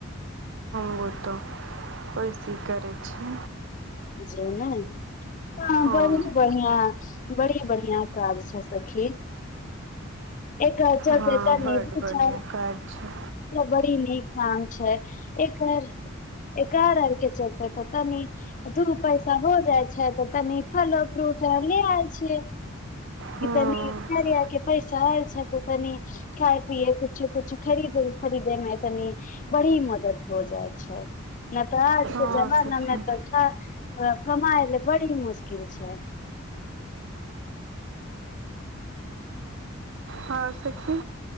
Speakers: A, on the right; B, on the left.
A: ओ तऽ ओइसी करै छी
B: ने ह
A: हँ
B: बढ़ बढ़िआँ बड़ी बढ़िआँ काज छै सखी एक हर
A: हँ
B: पता न
A: बड्ड बढ़िआँ
B: च
A: काज छै
B: बड़ी नीक म छै एकर एक आर आरके चलतै तऽ तनी <unintelligible> दू पैसा हो जाइ छै तऽ तनी फलो फ्रूट आर ले आइ छियै
A: हँ
B: ई तनी कार्या के पैसा हो छै तऽ तनि खाय पियए कुछु कुछु खरीद खरीदेमे तनि ब बड़ी मदद हो जाइ छै नहि तऽ आज
A: हँ
B: के जमाना
A: सखी
B: मे तऽ कमाए ले बड़ी मुशकिल छै
A: हँ सखी